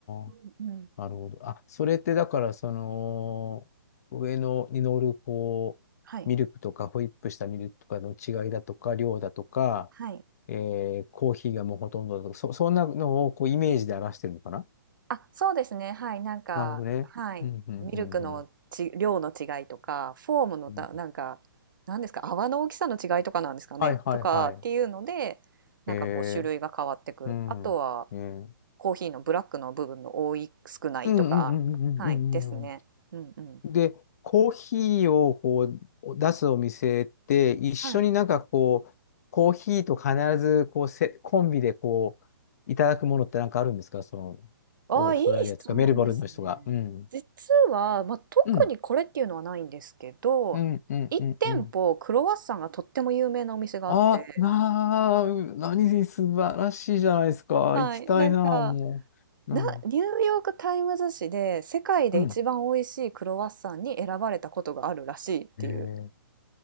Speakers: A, on the right; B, on the left.
A: うん、
B: あ。
A: うん
B: なるほど。あ、それってだから、その、上のに乗る、こう、
A: はい。
B: ミルクとか、ホイップしたミルクとかの違いだとか、量だとか、
A: はい。
B: えーコーヒーがもうほとんどだとか、そ、そんなのをこうイメージで表してるのかな
A: あ、そうですね。はい、なんか、
B: なるほどね。
A: はい、
B: うん、うん、
A: ミルクのち、
B: うん、うん。
A: 量の違いとか、フォームのた、
B: うん
A: なんか、なんですか、泡の大きさの違いとかなんですかね、
B: はい、はい、
A: とかっていうので、
B: はい。
A: なんかこう種類が変わってくる。
B: えー、うん。
A: あとは
B: えー
A: コーヒーのブラックの部分の多い、少ないとか、
B: うん、うん、うん、
A: はい、
B: うん、うん、
A: ですね。
B: うん。うん
A: うんうん。
B: で、コーヒーをこう出すお店って一緒になんかこう、
A: はい。
B: コーヒーと必ずこうせコンビでこう、いただくものってなんかあるんですかその、
A: ああ、
B: オーストラリアとかメルボルンの人が。
A: いい質問ですね。
B: うん。
A: 実は、まあ、特にこれっていうのはないんですけど、
B: うん。うん、うん、
A: 1店舗クロワッサンがとっても有名なお店があって、
B: うん、うん。あ、なあ、う何で素晴らしいじゃないですか。
A: はい、
B: 行きたいな、
A: なんか
B: もう。
A: な、
B: うん。
A: ニューヨーク・タイムズ紙で世界で一番美味しいクロワッサンに選ばれたことがあるらしいっていう
B: うん。えー、